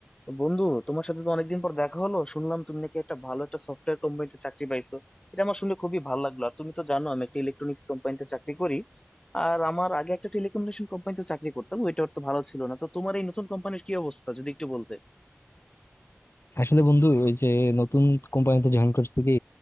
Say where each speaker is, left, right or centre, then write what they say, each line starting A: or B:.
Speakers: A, on the left; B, on the left.
A: তো বন্ধু তোমার সাথে তো অনেকদিন পর দেখা হলো শুনলাম তুমি নাকি একটা ভালো একটা সফটওয়্যার কোম্পানিতে চাকরি পাইছো এটা আমার শুনে খুবই ভালো লাগলো আর তুমি তো জানো আমি একটা ইলেকট্রনিক্স কোম্পানিতে চাকরি করি আর আমার আগে একটা টেলিকমিউনিকেশন কোম্পানিতে চাকরি করতাম ওইটা তো ভালো ছিল না তো তোমার এই নতুন কোম্পানির কি অবস্থা যদি একটু বলতে
B: আসলে বন্ধু ওই যে নতুন কোম্পানিতে জয়েন করছি কি